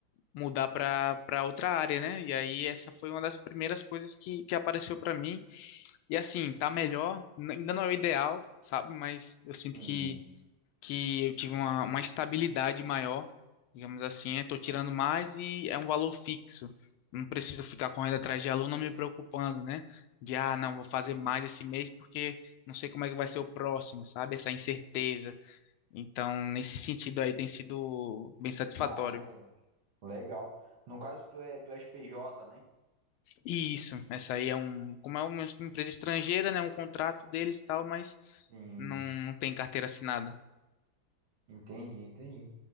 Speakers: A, on the left; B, on the right.
A: mudar para para outra área, né? E aí essa foi uma das primeiras coisas que, que apareceu para mim. E assim, tá melhor, n- ainda não é o ideal, sabe? Mas eu sinto
B: Sim,
A: que, que eu tive uma, uma estabilidade maior, digamos assim, eu tô tirando mais e é um valor fixo. Não preciso ficar correndo atrás de aluno me preocupando, né? De, ah, não, vou fazer mais esse mês porque não sei como é que vai ser o próximo, sabe? Essa incerteza. Então, nesse sentido aí, tem sido bem satisfatório.
B: massa, velho. Legal. No caso, tu é, tu és PJ, né?
A: E isso, essa aí é um, como é uma empresa estrangeira, né? Um contrato deles e tal, mas
B: Sim,
A: não, não tem carteira assinada.
B: entendi, entendi.